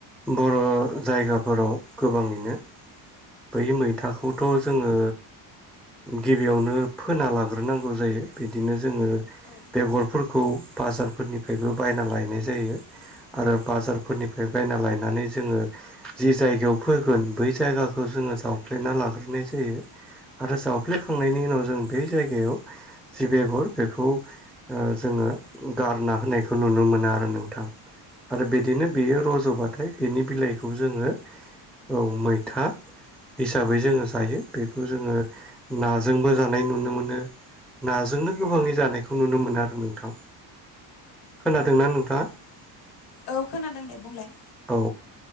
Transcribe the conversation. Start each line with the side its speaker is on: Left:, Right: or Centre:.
Centre: बर' जायगाफोराव गोबाङैनो बै मैथाखौ थ' जोङो गिबियावनो फोना लाग्रोनांगौ जायो बिदिनो जोङो
Left: औ
Centre: बे गलफोरखौ खौ बाजारफोरनिफ्रायबो बायना लायनाय जायो आरो बाजारफोरनिफ्राय- बायना लायनानै जोङो जि जायगायाव फोगोन बै जायगाखौ जोङो जावफ्लेना लाग्रोनाय ज फोयो। आरो जावफ्लेखांनायनि उनाव जों बे जायगायाव जि बेगर बेखौ ओ जोँ ओ गारना होनायखौ नुनो मोना आरो नोंथां आरो बिदिनो बेयो र- ज'बाथाय बेनि बिलाइखौ जोङो औ मैथा। हिसाबै जोङो जायो बेखौ जोङो नाजोंबो जानाय नुनो मोनो। नाजोंनो गोबाङै जानायखौ नुनो मोनो आरो नोंथां। खोनादोंना
Left: औ
Centre: नोंथाङा
Left: औ खोनादों दे बुंलाय।
Centre: औ।